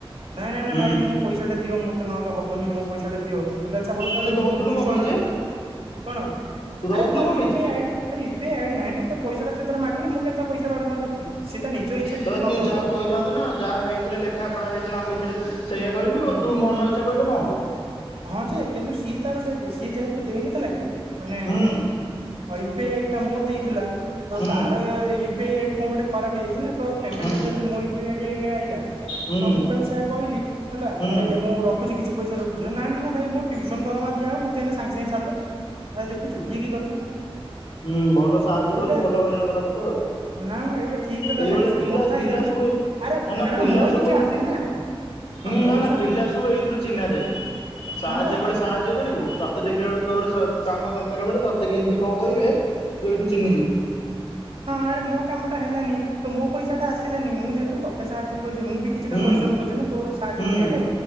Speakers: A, on the right (about 85°); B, on the left (about 80°).
A: ନାଇଁ ନାଇଁ ନାଇଁ
B: ହୁଁ
A: ଭାଇ ମୁ ପଇସା ଟା ଦିଅ ମତେ ନହେଲେ ହବନି ମୋ ପଇସା ଟା ଦିଅ ମୁଁ କଇଲି ଆଚ୍ଛା ହଉ ତାହେଲେ
B: ତୁ ଦଉଥିଲୁ
A: ମୁଁ ଦୁଇଶହ
B: କଣ ପାଇଁ
A: ଖଣ୍ଡେ
B: ଯେ
A: କଣ
B: ତୁ ଦଉଥିଲୁ
A: ଆରେ ତାର
B: କଣ
A: ୟୁିପି
B: ପାଇଁ ତୁ
A: ଆଇଡି ତାର ୟୁିପିଆଇଡି ନାଇଁ ନା ତ ପଇସାଟା ସେତାର ମାଗୁଛି ମୁଁ କେ ପଇସାଟା ବାରମ୍ବର ରଖିବି ସେ ତା ନିଜ ଇଚ୍ଛାରେ
B: ତ
A: ଯଦି
B: ତୁ
A: ନଦବ
B: ଯାହା କହିଥାନ୍ତୁ ଯାହା ହେଇଥିଲା ଲେଖା ପଢା ହେଇଥିଲା ଆମ ଭିତରେ ସେଇଆ କରିବୁଉ
A: ହୁଁ
B: ତୁ ମନ ଇଚ୍ଛା କହେ କଣ ହବ।
A: ହଁ ଯେ କିନ୍ତୁ ସିଏ ତାର ଦେଖେ ସିଏ ଯେହେତୁ ଦେଇନଥିଲା କି ମାନେ
B: ହୁଁ
A: ୟୁପି ଆଇ ଡି ଟା ମୋର ଦେଇଥିଲା ତ
B: ହୁଁ
A: ତାର ୟୁପି ଆଇଡି କଣ ଗୋଟେ ଖରାପ ହେଇଯାଇଛି। ତ ପ୍ରେମେଟା
B: ହୁଁ
A: ଯେହେତୁ ମୋ ୟୁପି ଆଇଡି ଏଇ ଆଲା
B: ହୁଁ
A: ତ ମୁଁ ତାକୁ ସେଇଆ କହିଲି ହେଲା
B: ହୁଁ।
A: ଆରେ ମୁଁ ରଖଛି ପଇସା ରଖୁଛି ନା ନା ଭାଇ ମୋ ଟୁଉସନ ଦରମା ଦିଆ ହବ ମତେ ଏଇନା ସାଙ୍ଗେ ଛାଡ଼ିଲୁ। ଆରେ ଦେଖୁଛୁ ଇଏ କି କଥା
B: ହୁଁ ଭଲ ସାହାଯ୍ୟ
A: ଏଇଟା
B: କଲୁ ଭଲ ହଇରାଣ କଲା ତତେ ଆଉ।
A: ନା ମ ଏଇଟା ଠିକି ହେଲାାନି
B: ଏଇଭଳିଆ
A: ଆକ୍ଚୁଆଲି
B: ପିଲା
A: କଥା
B: ପିଲା
A: ହେଇଥିଲା ନା
B: ସବୁ
A: ଆରେ
B: ନା ନା
A: କାରଣ
B: ପିଲା
A: ମୋର
B: ସବୁ
A: କିଛି ଆସିନି ନା।
B: ହୁଁ
A: ହଁ ମୋର
B: ନା ନା
A: ଶୁଣୁ
B: ପିଲା ସବୁ ଏଇଥିରୁ ଚିହ୍ନା ଯାଏ ସାହାଯ୍ୟ
A: ହଁ ବା
B: ବେଳେ ସାହାଯ୍ୟ କରିବୁ ତତେ ଦେଖିଲା ଏଳୁ ତୋର କାମ ଦରକାର ବେଳେ ତତେ କେମିତି କଣ କରିବେ ତୁ ଏଇଠୁ ଚିହ୍ନିଯିବୁ
A: ହୁଁ ହଁ ଆରେ ମୋ କାମ ଟା ହେଲାନି ତ ମୋ ପଇସା ଟା ଆସିଲାନି ମୁଁ ଯେହେତୁ ତତେ ସାହାଯ୍ୟ କରିଛି ମୁଁ ବି କିଛିଟା
B: ହୁଁ
A: ପରିଶ୍ରମ କରିୁଛି ନା ତୋର ସାହାଯ୍ୟ
B: ହୁଁ
A: କରିବାରେ